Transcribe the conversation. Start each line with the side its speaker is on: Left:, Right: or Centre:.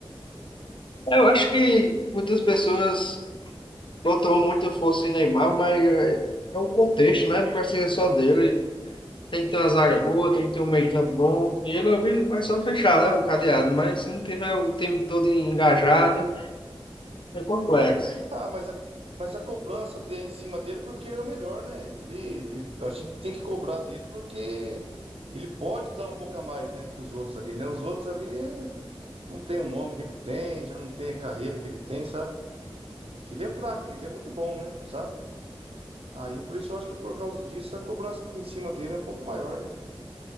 Left: É, Eu acho que muitas pessoas botam muita força em Neymar, mas é, é um contexto, né? Não pode ser só dele. Tem que ter uma zaga boa, tem que ter um meio-campo bom. E ele eu vi, vai só fechar, né, o cadeado, mas se não tiver o time todo engajado. É complexo.
Right: Ah, mas a, mas a cobrança de, em cima dele porque ele é o melhor, né? Ele, ele- a gente tem que cobrar dele porque ele pode dar um pouco a mais, né, que os outros ali, né? Os outros ali eh, não tem o nome que ele tem, já não tem a carreira que ele tem, sabe? Que ele é o craque, né? Ele é muito bom, né? Sabe? Aí por isso eu acho que por causa disso a cobrança em cima dele é um pouco maior, né?